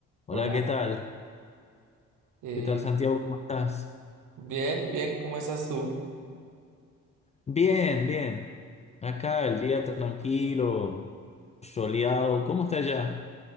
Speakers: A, on the left; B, on the right.
A: Hola,
B: Hola,
A: ¿qué tal?
B: eh,
A: ¿Qué tal, Santiago? ¿Cómo estás?
B: bien, bien, ¿cómo estás tú?
A: Bien, bien. Acá el día tranquilo, soleado. ¿Cómo está allá?